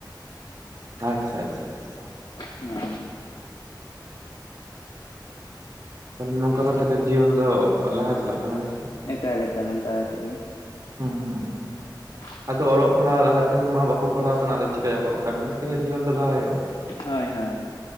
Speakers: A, on the right (about 55°); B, on the left (about 80°).
A: ᱟᱪᱪᱷᱟ ᱟᱪᱪᱷᱟ ᱟᱪᱪᱷᱟ᱾
B: <inaudible>
A: ᱛᱟᱦᱚᱞᱮ ᱱᱚᱝᱠᱟ ᱠᱟᱛᱮᱜ ᱜᱮ ᱡᱤᱭᱚᱱ ᱫᱚ ᱚᱨ ᱞᱟᱦᱟ ᱪᱟᱞᱟᱜ ᱠᱟᱱᱟ ᱥᱮ ᱪᱮᱫ?
B: ᱮᱠᱟᱞ ᱮᱠᱟᱞ ᱚᱱᱠᱟ ᱠᱟᱛᱮᱜ ᱜᱮ ᱾
A: ᱦᱮᱸ ᱦᱮᱸᱦᱮᱸ᱾
B: <inaudible>
A: ᱟᱫᱚ ᱚᱞᱚᱜ ᱯᱟᱲᱦᱟᱣ ᱞᱟᱦᱟᱛᱮᱱ ᱢᱟ ᱵᱟᱠᱚ ᱯᱟᱲᱦᱟᱣ ᱠᱟᱱᱟ, ᱟᱫᱚ ᱪᱤᱠᱟᱭᱟᱠᱚ ᱠᱟᱹᱢᱤ ᱠᱟᱛᱮᱜᱮ ᱡᱤᱭᱚᱱ ᱫᱚ ᱞᱟᱦᱟ ᱦᱩᱭᱩᱜᱼᱟ ᱾
B: ᱦᱳᱭ ᱦᱳᱭ᱾